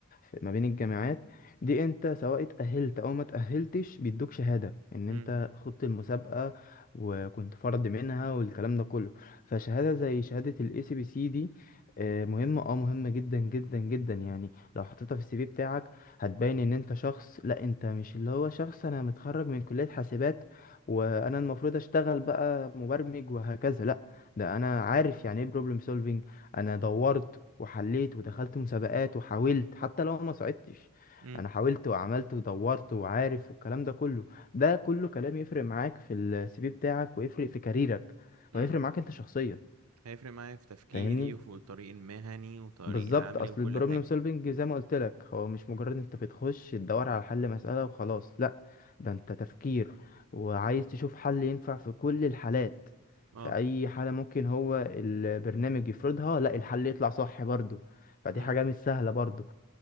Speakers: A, on the left (about 40°); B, on the right (about 80°).
A: في- ما بين الجامعات دي انت سواء اتأهلت او ما اتأهلتش بيدوك شهادة ان
B: امم
A: انت خدت المسابقة وكنت فرد منها والكلام ده كله فشهادة زي شهادة الاي سي بي سي دي آه، مهمة اه مهمة جدا جدا جدا يعني لو حطيتها في السي في بتاعك هتبين ان انت شخص لا انت مش اللي هو شخص انا متخرج من كلية حاسبات وانا المفروض اشتغل بقى مبرمج وهكذا لا ده انا عارف يعني ايه بروبلم سولفينج انا دورت وحليت ودخلت مسابقات وحاولت حتى لو ما صعدتش
B: امم
A: انا حاولت وعملت ودورت وعارف والكلام ده كله ده كله كلام يفرق معاك في السي في بتاعك ويفرق في كاريرك
B: امم
A: ويفرق معاك انت شخصيا
B: هيفرق معايا في تفكيري
A: فاهمني
B: وفي الطريق المهني وطريق
A: بالظبط
B: العملي
A: اصل
B: وكل
A: البروبلم
B: حاجة
A: سولفنج زي ما قلت لك هو مش مجرد انت بتخش تدور على حل مسألة وخلاص لا ده انت تفكير وعايز تشوف حل ينفع في كل الحالات
B: اه
A: في اي حالة ممكن هو البرنامج يفرضها لا الحل يطلع صح برضو فدي
B: امم
A: حاجة مش سهلة برضو